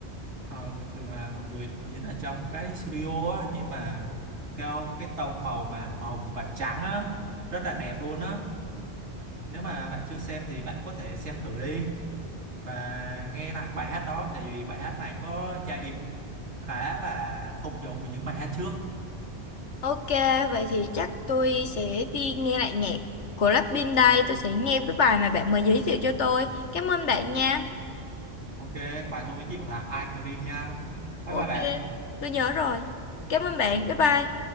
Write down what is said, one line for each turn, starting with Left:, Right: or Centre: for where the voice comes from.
Right: ờ, thường là mọi người diễn ở trong một cái studio á, nhưng mà theo cái tông màu mà hồng và trắng á, rất là đẹp luôn á nếu mà bạn chưa xem thì bạn có thể xem thử đi và nghe lại bài hát đó tại vì bài hát này có giai điệu khá là không giống với những bài hát trước
Left: ok vậy thì chắc tôi sẽ đi nghe lại nhạc của Blackpink đây tôi sẽ nghe cái bài mà bạn mới giới thiệu cho tôi cảm ơn bạn nha
Right: ok bài tôi giới thiệu là I cream nha bye
Left: ok
Right: bye bạn
Left: tôi nhớ rồi cảm ơn bạn bye bye